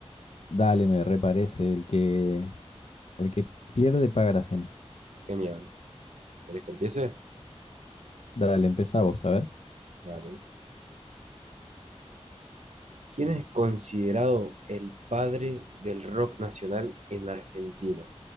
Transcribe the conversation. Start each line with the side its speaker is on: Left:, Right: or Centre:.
Left: Dale, me reparece. El que, el que pierde paga la cena.
Right: Genial. ¿Querés que empiece?
Left: Dale, empezá vos, a ver.
Right: Dale. ¿Quién es considerado el padre del rock nacional en Argentina?